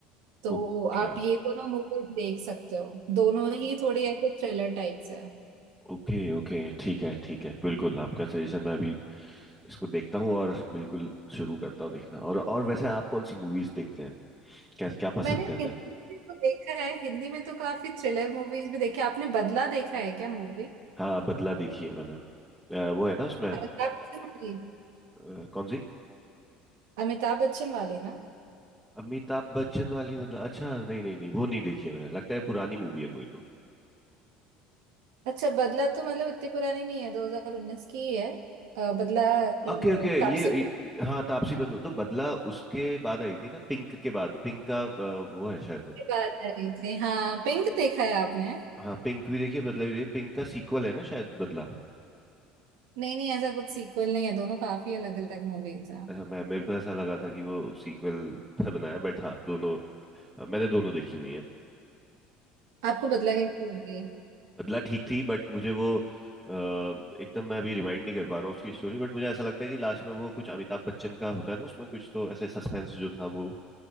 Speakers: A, on the right; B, in the centre.
A: तो
B: okay
A: आप ये दोनों मूवी देख सकते हो दोनों ही थोड़ी ऐसे थ्रिलर टाइप्स है
B: okay okay ठीक है ठीक है बिल्कुल आपका सजेशन मैं अभी इसको देखता हूँ और बिल्कुल शुरू करता हूँ देखना और और वैसे आप कौन सी मूवीज देखते हैं कैसे क्या पसंद
A: मैंने हिंदी
B: करते हैं
A: में तो देखा है हिंदी में तो काफी थ्रिलर मूवीज भी देखी है। आपने बदला देखा है क्या मूवी
B: हाँ बदला देखी है मैंने अ, वो है ना उसमें
A: अमिताभ बच्चन वाली
B: अ, कौन सी
A: अमिताभ बच्चन वाली ना
B: अमिताभ बच्चन वाली बदला अच्छा नहीं नहीं नहीं वो नहीं देखी है मैंने लगता है पुरानी मूवी है कोई तो
A: अच्छा बदला तो मतलब इतनी पुरानी नहीं है 2019 की ही है अ, बदला ये
B: ओके ओके ये,
A: तापसी पन्नूं
B: ये हाँ तापसी पन्नू तो बदला उसके बाद आई थी ना पिंक के बाद पिंक का अ, वो है शायद
A: के बाद आई थी हाँ पिंक देखा है आपने
B: हाँ पिंक भी देखिए बदला भी देखिए पिंक का सीक्वल है ना शायद बदला
A: नहीं नहीं ऐसा कुछ सीक्वल नहीं है दोनों काफी अलग अलग मूवीज हैं
B: अच्छा मैं मेरे को ऐसा लगा था कि वो सीक्वल था <laughs> बनाया बट हाँ दोनों मैंने दोनों देखी हुई हैं
A: आपको बदला कैसी लगी
B: बदला ठीक थी बट मुझे वो अ, एकदम मैं अभी रिमाइंड नहीं कर पा रहा हूँ उसकी स्टोरी बट मुझे ऐसा लगता है कि लास्ट में वो कुछ अमिताभ बच्चन का होता है ना उसमें कुछ तो ऐसे सस्पेंस जो था वो